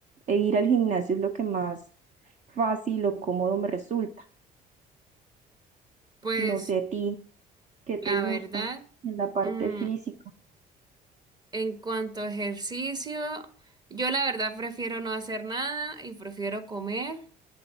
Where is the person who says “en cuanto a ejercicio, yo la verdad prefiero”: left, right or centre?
Right